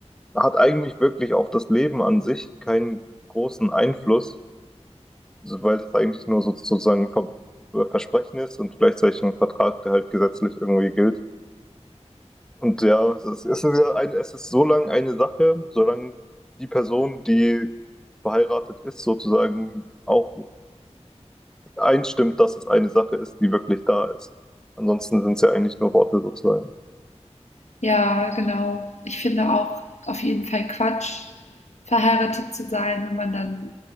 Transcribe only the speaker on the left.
Ja, genau. Ich finde auch auf jeden Fall Quatsch, verheiratet zu sein, wenn man dann